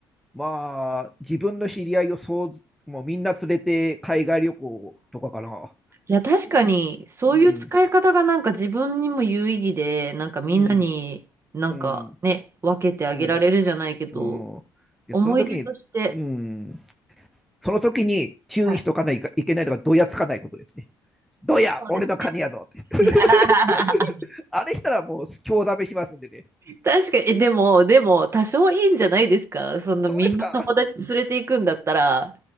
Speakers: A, in the centre; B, on the right.
A: まあ、自分の知り合いをそうず、もうみんな連れて海外旅行とかかな。
B: いや、確かに、そういう使い方がなんか自分にも有意義で、
A: うん、
B: なんかみんなになんかね、
A: うん、うん、
B: 分けてあげられるじゃないけど、
A: うん、うん。で、
B: 思い出として、
A: その時に、うん、その時に注意しとかないかいけないのが、
B: はい
A: どやつかないことですね。どや、
B: そうですね。
A: 俺の金やぞって。<laughs>
B: <laughs>
A: あれしたらもう、興ざめしますんでね。
B: 確かに、えでも、でも、多少いいんじゃないですかそのみんな友達連れていくんだったら、
A: そうですか、